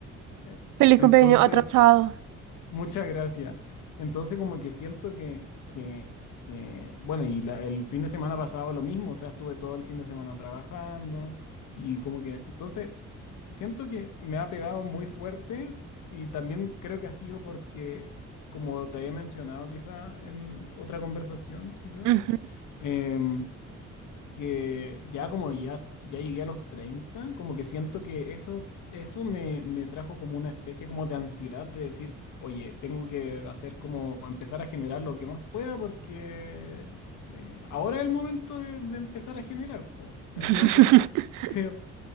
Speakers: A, on the left; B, on the right.
A: Eh,
B: Feliz
A: Entonces.
B: cumpleaños atrasado.
A: Muchas gracias. Entonces, como que siento que, que, que bueno, y la- el fin de semana pasado lo mismo, o sea, estuve todo el fin de semana trabajando y como que, entonces, siento que me ha pegado muy fuerte y también creo que ha sido porque, como te había mencionado quizá en otra conversación, quizá,
B: Ujú.
A: em, que ya como ya, ya llegué a los 30 como que siento que eso, eso me, me trajo como una especie como de ansiedad de decir, oye, tengo que hacer como empezar a generar lo que más pueda porque eh, ahora es el momento de, de empezar a generar, po. Entonces,
B: <laughs>
A: <laughs> creo,